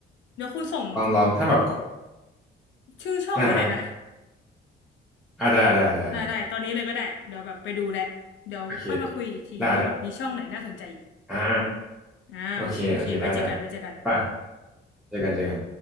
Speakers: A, on the left (about 70°); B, in the centre.
A: เดี๋ยวคุณส่ง
B: ลองลองถ้าแบบ
A: ชื่อช่องให้หน่อยนะ
B: อ่าอ่าอ่าได้ได้ได้ได้
A: ได้ได้ตอนนี้เลยก็ได้ เดี๋ยวแบบไปดูแหละเดี๋ยวค่อยมาคุยอีกทีว่าแบบมีช่องไหนน่าสนใจอีก
B: โอเคได้ได้อ่า
A: อ่าโอเคโอเค
B: โอเคโอเคได้ได้
A: ไว้เจอกันไว้เจอกัน
B: ไปเจอกันเจอกัน